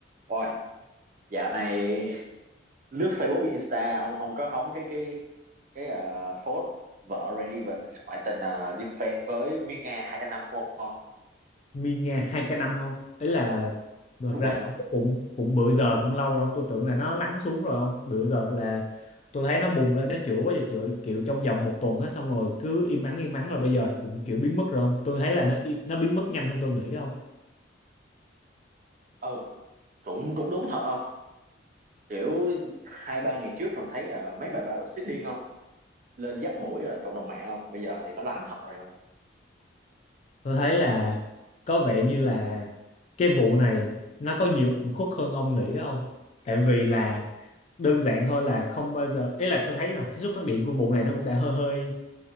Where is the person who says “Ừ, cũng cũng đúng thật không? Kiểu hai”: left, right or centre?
Right